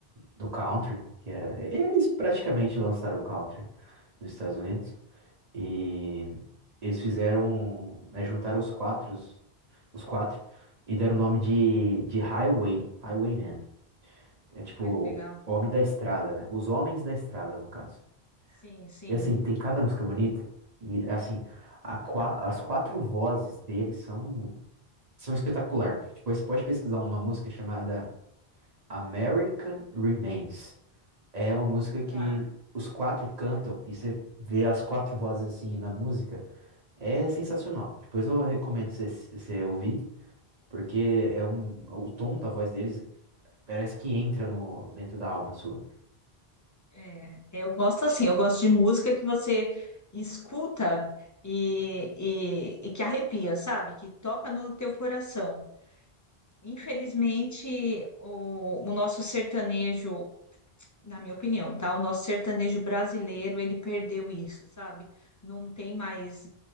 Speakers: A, on the right; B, on the left.
A: do country, que é... eles praticamente lançaram o country nos Estados Unidos. E eles fizeram, né, juntaram os quatro os quatro, e deram o nome de, de Highway, Highwayman. É tipo,
B: Ai, que legal.
A: Homem da Estrada, né? Os Homens da Estrada, no caso.
B: Sim, sim.
A: E assim, tem cada música bonita, e é assim, a qua- as quatro vozes deles são, são espetacular. Depois você pode pesquisar uma música chamada American Remains. É uma música que
B: Tá.
A: os quatro cantam, e você vê as quatro vozes assim na música, é sensacional. Depois eu recomendo você você ouvir. Porque é um, o tom da voz deles Parece que entra no, dentro da alma sua.
B: É, é, eu gosto assim, eu gosto de música que você escuta e, e, e que arrepia, sabe? Que toca no teu coração. Infelizmente, o, o nosso sertanejo, na minha opinião, tá? O nosso sertanejo brasileiro, ele perdeu isso, sabe? Não tem mais.